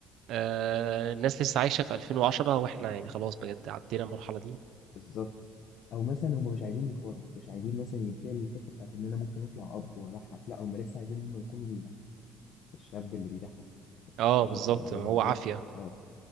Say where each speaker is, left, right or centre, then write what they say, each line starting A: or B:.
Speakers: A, on the right (about 70°); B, on the left (about 65°).
A: آه الناس لسه عايشه في 2010 واحنا يعني خلاص بجد عدينا المرحله دي
B: بالظبط او مثلا هم مش عايزين يكبروا مش عايزين مثلا ينتقلوا للحتة بتاعت ان انا ممكن اطلع اب واضحك لا هم لسه عايزين هم يكونوا ال- الشاب اللي بيضحك
A: اه
B: خلاص
A: بالظبط
B: اللي هو
A: هو
B: لسه
A: عافيه
B: اه